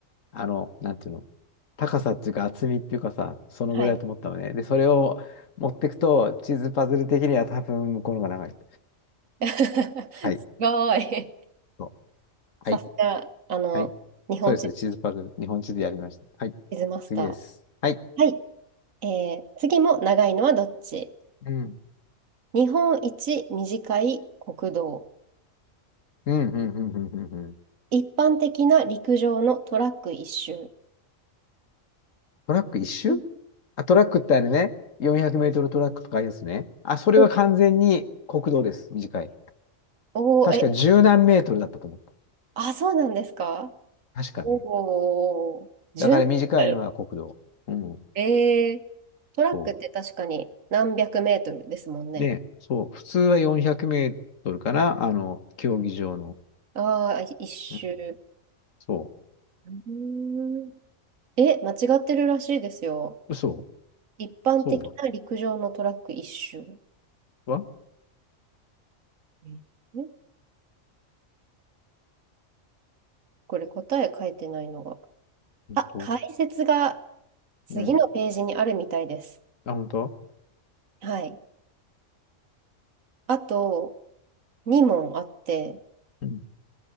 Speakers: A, on the left (about 75°); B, on the right (about 80°).
A: あの、なんていうの、高さっていうか厚みっていうかさ、そのぐらいだと思ったのね。
B: はい。
A: で、それを持ってくと、地図パズル的には多分向こうの方が長い。
B: <laughs>
A: はい。
B: すごい。
A: そう
B: さすが、
A: はい。
B: あの、
A: はい。
B: 日本地
A: そうです。地図パズル。日本地図やりました。はい。
B: 図マスタ
A: 次です。はい。
B: ー。はい。えー次も長いのはどっち
A: うん。
B: 日本一短い国道。
A: うん、うん、うん、うん、うん。うん
B: 一般的な陸上のトラック一周。
A: トラック一周
B: うん
A: あ、トラックってあれね、400メートルトラックとかありますね。あ、それは完全に国道です。
B: お
A: 短い。
B: おー、
A: 確か十何メートルだったと思った。
B: え、あ、そうなんですか
A: 確かね。
B: おおー、1
A: だから短いのは国道。
B: 7キロル。
A: うん。
B: ええトラックって確かに何百メートルですもんね。
A: そう。で、そう。普通は400メートルかな。あの、競技場の。
B: ああ、い一周。
A: うん。そ
B: うーんえ、間違ってるらしいですよ。
A: う。嘘。
B: 一般的な陸上のトラック一周。
A: そうは
B: ええこれ答え書いてないのが。
A: 本当
B: あ、解説が次のページにあるみたいです。
A: うん。あ、本当
B: はい。あと2問あって、
A: うん。